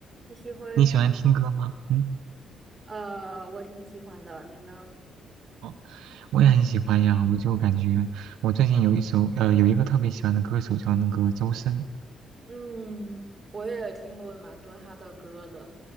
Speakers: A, on the right; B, on the right.
A: 你喜欢听？
B: 你喜欢听歌吗？嗯，
A: 呃，我挺喜欢的，你呢？
B: 哦，我也很喜欢呀。我就感觉我最近有一首呃有一个特别喜欢的歌手叫那个周深，
A: 嗯，我也听过蛮多他的歌的，